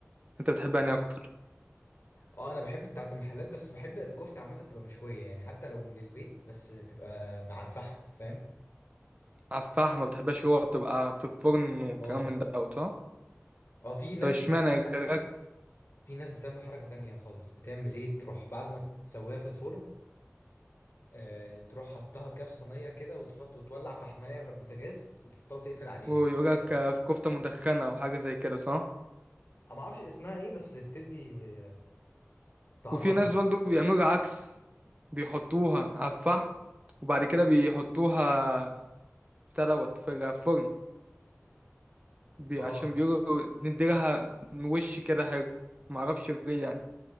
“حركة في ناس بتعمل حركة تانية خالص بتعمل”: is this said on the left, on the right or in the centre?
Left